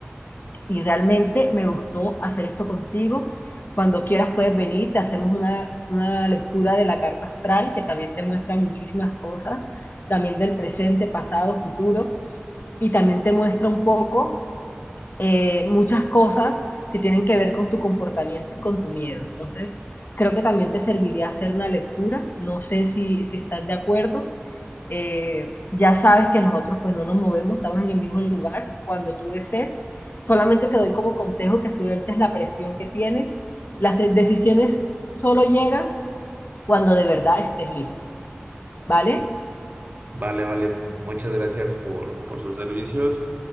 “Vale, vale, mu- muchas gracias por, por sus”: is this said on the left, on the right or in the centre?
Right